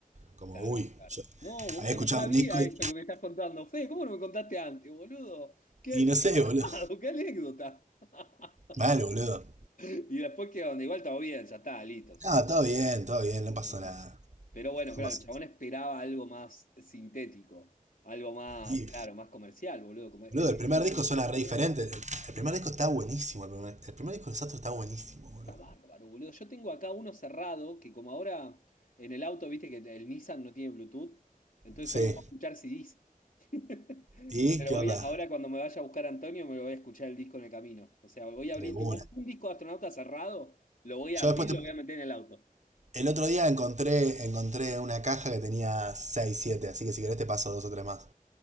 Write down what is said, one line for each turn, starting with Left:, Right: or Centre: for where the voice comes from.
Right: Como,
Left: Claro,
Right: uy,
Left: claro.
Right: yo
Left: No, boludo,
Right: había escuchado
Left: no sabía
Right: un disco y,
Left: esto que me estás contando. Fede, ¿cómo no me contaste antes, boludo? Qué
Right: y no sé, boludo.
Left: armado, qué anécdota. <laughs>
Right: Mal, boludo.
Left: Y después que donde igual todo bien, ya está, listo. se-
Right: No, todo bien, todo bien, no pasó
Left: eh, no.
Right: nada.
Left: Pero bueno, claro,
Right: No pasó.
Left: el chabón esperaba algo más sintético, algo más,
Right: Y,
Left: claro, más comercial, boludo. como- eh,
Right: boludo, el primer
Left: re-
Right: disco suena
Left: contra
Right: re
Left: mierda.
Right: diferente. El, el primer disco está buenísimo. El primer, el primer disco de Sastro está buenísimo, boludo.
Left: Está bárbaro, boludo. Yo tengo acá uno cerrado que como ahora en el auto, viste que el Nissan no tiene Bluetooth, entonces
Right: Sí.
Left: solo puedo escuchar CDs. <laughs>
Right: ¿Y
Left: Pero
Right: qué
Left: voy
Right: onda?
Left: a- ahora cuando me vaya a buscar a Antonio, me lo voy a escuchar el disco en el camino. O sea, voy a abrir,
Right: De una.
Left: tengo un disco de astronauta cerrado, lo voy a
Right: Yo
Left: abrir
Right: después
Left: y
Right: te-
Left: lo voy a meter en el auto.
Right: el otro día encontré, encontré una caja que tenía 6 siete así que si querés te paso dos o tres más.